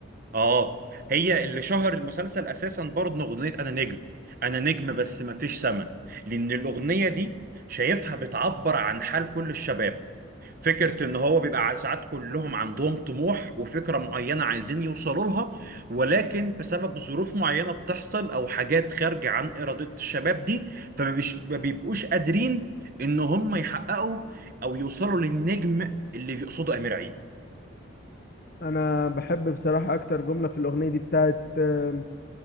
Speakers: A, on the right; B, on the left.
A: اه هي اللي شهر المسلسل اساسا برضه اغنيه انا نجم انا نجم بس ما فيش سما لان الاغنيه دي شايفها بتعبر عن حال كل الشباب فكرة إن هو بيبقى ع- ساعات كلهم عندهم طموح وفكرة معينة عايزين يوصلوا لها ولكن بسبب ظروف معينة بتحصل أو حاجات خارجة عن إرادة الشباب دي فما بيش- ما بيبقوش قادرين إن هم يحققوا أو يوصلوا للنجم اللي بيقصده أمير عيد.
B: انا بحب بصراحة اكتر جملة في الاغنية دي بتاعت آم،